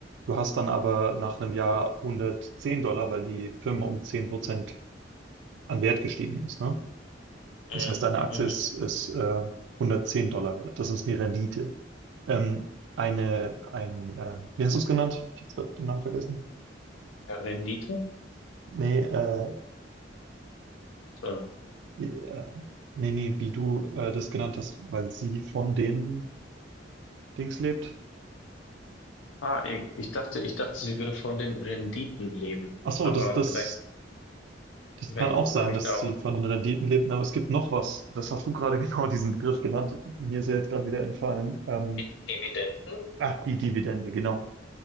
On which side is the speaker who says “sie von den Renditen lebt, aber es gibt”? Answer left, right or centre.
Right